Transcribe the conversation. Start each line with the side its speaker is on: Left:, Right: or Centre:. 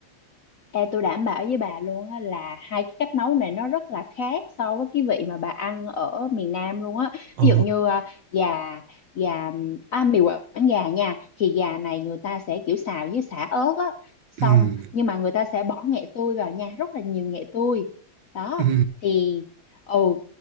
Left: Ê, tôi đảm bảo với bà luôn á là hai cái cách nấu này nó rất là khác so với cái vị mà bà ăn ở miền Nam luôn á.
Right: Ờ,
Left: Ví dụ như ờ, gà gà à, mì Quảng gà nha thì gà này người ta sẽ kiểu xào với sả ớt á xong
Right: ừ,
Left: nhưng mà người ta sẽ bỏ nghệ tươi vào nha, rất là nhiều nghệ tươi. Đó
Right: ừ,
Left: thì ừ